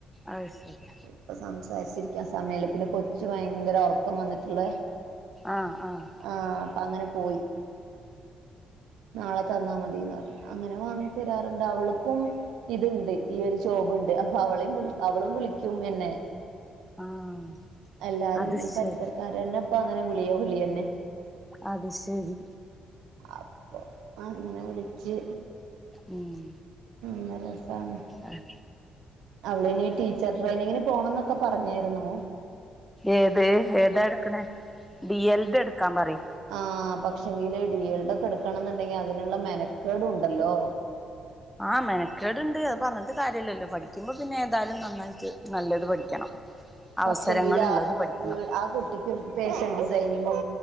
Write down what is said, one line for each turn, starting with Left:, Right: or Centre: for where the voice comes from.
Centre: അഹ് ശരി
Right: ഇപ്പ സംസാരിച്ചിരിക്കാ സമയല്ല പിന്നെ കൊച്ച് ഭയങ്കര ഒറക്കം വന്ന്ട്ട്ള്ള
Centre: ആഹ് ആഹ്
Right: ആഹ് അപ്പ അങ്ങന പോയി നാള തന്നാ മതീന്ന് പറഞ്ഞ് അങ്ങനെ വാങ്ങി തരാർണ്ട് അവൾക്കും ഇത്ണ്ട് ഈ ഒര് ജോബ് ണ്ട് അപ്പൊ അവളിം വിളി അവളും വിളിക്കും എന്നെ
Centre: ആഹ്
Right: എല്ലാരും
Centre: അത്
Right: ഈ
Centre: ശരി
Right: പരിസരക്കാരന്നെ ഇപ്പൊ അങ്ങനെ വിളിയോ വിളി യന്നെ
Centre: അത് ശരി
Right: അപ്പൊ അങ്ങനെ വിളിച്ച്
Centre: ഉം
Right: നല്ല രസാണ്
Centre: ആഹ്
Right: അവള് ഇനി ടീച്ചർ ട്രെയിനിങ്ങിന് പോണന്നൊക്കെ പറഞേര്ന്നു
Centre: ഏത് ഏതാ എട്ക്ക്ണ് ബിഎൽഡി എട്ക്കാ പറി
Right: ആഹ് പക്ഷെങ്കില് ഡിയൽഡൊക്കെ എടുക്കണംന്ന്ണ്ടെങ്കി അതിന്ള്ള മെനക്കേടു ണ്ടല്ലോ
Centre: ആഹ് മെനക്കേട്ണ്ട് അത് പറഞ്ട്ട് കാര്യല്ലല്ലോ പഠിക്കുമ്പോ പിന്നെ ഏന്താലും നന്നായിറ്റ് നല്ലത് പഠിക്കണം അവസരങ്ങളുള്ളത്
Right: പക്ഷെങ്കിൽ ആ
Centre: പഠിക്കണം
Right: വീ ആ കു കുട്ടിക്ക് ഫാഷൻ ഡിസൈനിങ്ങും